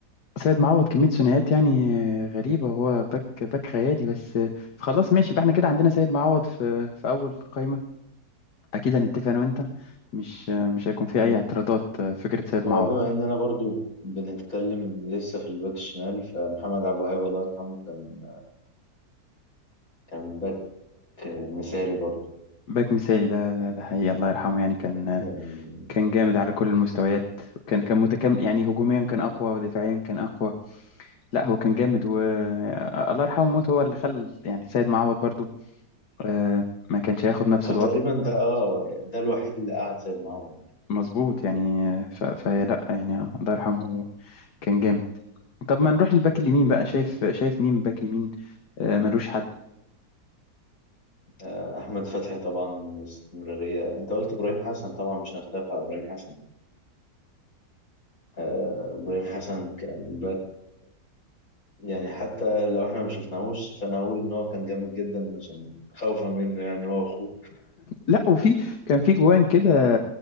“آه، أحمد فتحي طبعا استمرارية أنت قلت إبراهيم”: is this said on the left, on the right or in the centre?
Left